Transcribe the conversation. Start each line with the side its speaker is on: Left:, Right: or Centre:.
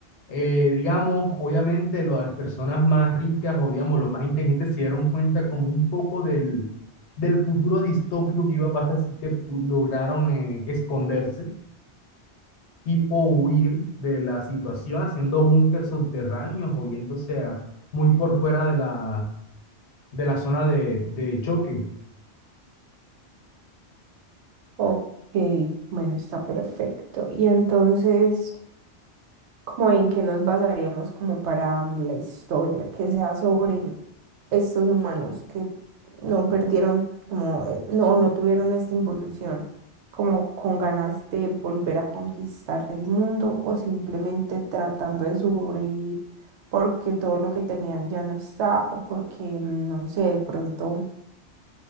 Left: eh, digamos, obviamente lo- las personas más ricas o, digamos, los más inteligentes se dieron cuenta como un poco del, del futuro distópico que iba a pasar, así que pu- lograron eh, esconderse y o huir de la situación haciendo búnkers subterráneos o yéndose a- muy por fuera de la, de la zona de, de choque.
Right: ok, bueno, está perfecto. Y entonces, como en qué nos basaríamos como para mm, la historia, que sea sobre estos humanos que no perdieron, como eh, no, no tuvieron esta involución, como con ganas de volver a conquistar el mundo o simplemente tratando de sobrevivir porque todo lo que tenían ya no está o porque, mm, no sé, de pronto